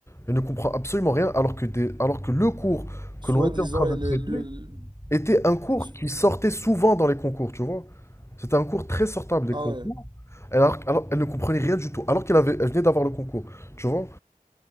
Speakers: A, on the left (about 20°); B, on the right (about 30°).
A: Elle ne comprend absolument rien, alors que, des, alors que le cours
B: Soi-disant,
A: que l'on était en train de
B: elle
A: traiter
B: est... le-
A: était un cours
B: s-
A: qui sortait souvent dans les concours, tu vois. C'était un cours très sortable des
B: Ah
A: concours.
B: ouais.
A: Elle, Alors, alors, elle ne comprenait rien du tout, alors qu'elle avait, elle venait d'avoir le concours, tu vois.